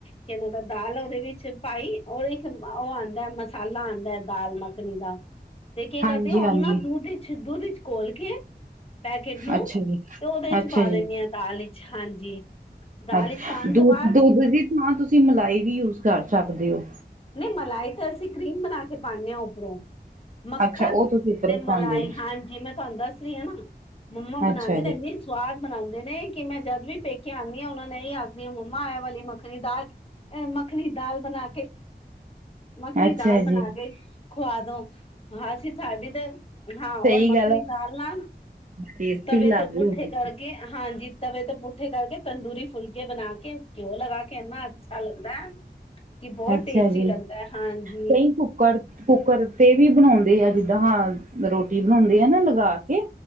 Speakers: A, on the left (about 35°); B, on the right (about 45°).
A: ਕੇਨੂੰ ਦਾ ਦਾਲ ਉਹਦੇ ਵਿੱਚ ਪਾਈ ਔਰ ਇੱਕ ਉਹ ਆਂਦਾ ਏ ਮਸਾਲਾ ਆਂਦਾ ਏ ਦਾਲ ਮੱਖਣੀ ਦਾ, ਤੇ ਕੀ ਕਰਦੀ
B: ਹਾਂਜੀ
A: ਆ ਓਨੂੰ
B: ਹਾਂਜੀ
A: ਨਾ ਦੁੱਧ ਛ ਦੁੱਧ ਇੱਚ ਕੋਲ ਕੇ ਪੈਕੇਟ ਨੂੰ,
B: ਅੱਛਾ ਜੀ
A: ਤੇ ਓਹਦੇ ਇੱਚ
B: ਅੱਛਾ
A: ਪਾ ਦੇਣੀ ਆਂ ਦਾਲ ਇੱਚ ਹਾਂਜੀ। ਦਾਲ
B: ਅੱਛ
A: ਵਿੱਚ ਪਾਉਣ
B: ਦੁੱ
A: ਤੋਂ ਬਾਅਦ
B: ਦੁੱਧ ਦੀ ਥਾਂ ਤੁਸੀਂ ਮਲਾਈ ਵੀ ਯੂਸ ਕਰ ਸਕਦੇ ਓ।
A: ਨਹੀਂ ਮਲਾਈ ਤੇ ਅਸੀਂ ਕਰੀਮ ਬਣਾ ਕੇ ਪਾਣੇ ਆਂ ਉੱਪਰੋਂ। ਮੱਖਣ
B: ਅੱਛਾ ਉਹ ਤੁਸੀਂ ਉੱਪਰੋਂ
A: ਤੇ ਮਲਾਈ
B: ਪਾਉਂਦੇ
A: ਹਾਂਜੀ ਮੈਂ ਤੁਹਾਨੂੰ ਦੱਸ ਰਈ ਆਂ ਨਾ, ਮੰਮਾ
B: ਆ
A: ਬਣਾਂਦੇ
B: ਅੱਛਾ ਜੀ
A: ਨੇ ਏਨੀ ਸਵਾਦ ਬਣਾਂਦੇ ਨੇ ਕਿ ਮੈਂ ਜਦ ਵੀ ਪੇਕੇ ਆਣੀ ਆਂ ਉਹਨਾਂ ਨੇ ਈ ਆ ਨੀ ਮੰਮਾ ਏਹ ਵਾਲੀ ਮੱਖਣੀ ਦਾਲ, ਏਹ ਮੱਖਣੀ ਦਾਲ ਬਣਾ ਕੇ ਮੱਖਣੀ
B: ਅੱਛਾ
A: ਦਾਲ ਬਣਾ
B: ਜੀ
A: ਕੇ ਖਵਾ ਦੋ, ਹਾਂ ਅਸੀਂ ਸਾਡੀ ਤੇ ਹਾਂ
B: ਸਹੀ
A: ਔਰ ਮੱਖਣੀ
B: ਗੱਲ ਹੈ
A: ਨਾਲ ਨਾ
B: ਟੇਸਟੀ
A: ਤਵੇ
B: ਲਾਗੂ
A: ਦੇ ਪੁੱਠੇ
B: ਹੁੰਦੀ
A: ਕਰਕੇ ਹਾਂਜੀ ਤਵੇ ਤੇ ਪੁੱਠੇ ਕਰਕੇ, ਤੰਦੂਰੀ ਫੁਲਕੇ ਬਣਾ ਕੇ ਘਿਉ ਲਗਾ ਕੇ ਏਨਾ ਅੱਛਾ ਲੱਗਦਾ ਏ, ਕਿ ਬੋਹਤ
B: ਅੱਛਾ
A: ਟੇਸਟੀ
B: ਜੀ
A: ਲੱਗਦਾ ਏ ਹਾਂਜੀ।
B: ਕਈ ਕੁੱਕਰ, ਕੁੱਕਰ ਤੇ ਵੀ ਬਣਾਉਂਦੇ ਐ ਜਿੱਦਾਂ ਹਾਂ, ਰੋਟੀ ਬਣਾਉਂਦੇ ਆ ਨਾ ਲਗਾ ਕੇ।